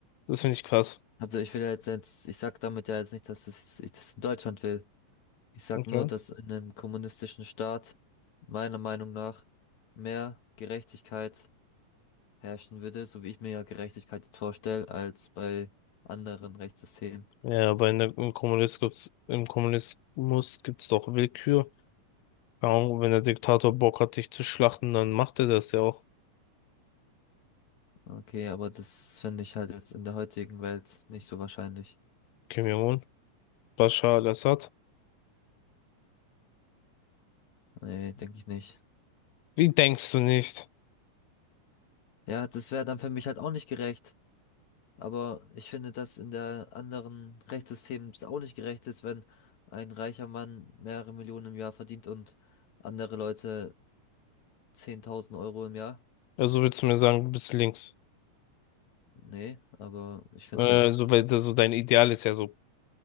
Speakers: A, on the left (about 85°); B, on the left (about 60°).
A: Das finde ich krass.
B: Also ich will ja jetzt, jetzt, ich sag damit ja jetzt nicht, dass es, ich das in Deutschland will. Ich sag
A: Okay.
B: nur, dass in einem kommunistischen Staat meiner Meinung nach mehr Gerechtigkeit herrschen würde, so wie ich mir ja Gerechtigkeit jetzt vorstelle, als bei anderen Rechtssystemen.
A: Ja, aber in der, im Kommunismus gibt's, im Kommunismus gibt's doch Willkür. Keine Ahnung, wenn der Diktator Bock hat, dich zu schlachten, dann macht er das ja auch.
B: Okay, aber das finde ich halt jetzt in der heutigen Welt nicht so wahrscheinlich.
A: Kim Jong-un, Bashar al-Assad.
B: Nee, denke ich nicht.
A: Wie denkst du nicht?
B: Ja, das wäre dann für mich halt auch nicht gerecht. Aber ich finde, dass in der anderen Rechtssystem es auch nicht gerecht ist, wenn ein reicher Mann mehrere Millionen im Jahr verdient und andere Leute 10.000 Euro im Jahr.
A: Also willst du mir sagen, du bist links?
B: Nee, aber ich finde
A: Äh,
B: es halt
A: so, weil das so dein Ideal ist ja so,